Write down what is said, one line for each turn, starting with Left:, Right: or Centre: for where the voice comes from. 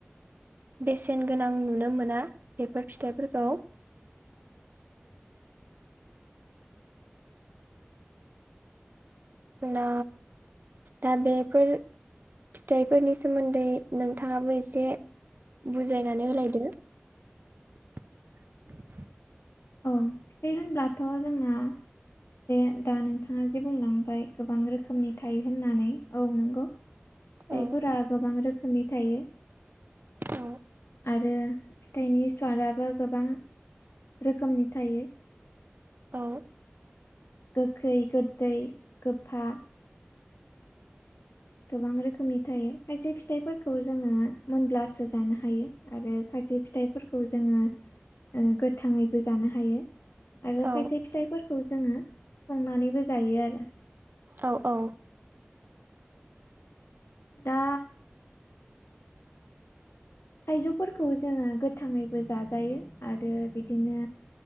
Right: बेसेन गोनां नुनो मोना बेफोर फिथाइफोरखौ। ना दा बेफोर। फिथाइफोरनि सोमोन्दै नोंथाङाबो एसे बुजायनानै होलायदो
Left: औ फिथाइ होनब्लाथ' जोंना। जे दा नोंथाङा जे बुंलांबाय गोबां रोखोमनि थायो होननानै औ नंगौ। फिथाइफोरा
Right: औ
Left: गोबां रोखोमनि थायो।
Right: औ।
Left: आरो फिथाइनि सवादाबो गोबां रोखोमनि थायो।
Right: औ।
Left: गोखै गोदै गोफा। गोबां रोखोमनि थायो खायसे फिथाइफोरखौ जोङो मोनब्लासो जानो हायो आरो खायसे खायसे फिथाइफोरखौ जोङो गोथाङैबो जानो हायो आरो
Right: औ
Left: खायसे फिथाइफोरखौ। खौ जोङो संनानैबो जायो आरो।
Right: औ औ।
Left: दा। थाइजौफोरखौ जोङो गोथाङैबो जाजायो आरो बिदिनो।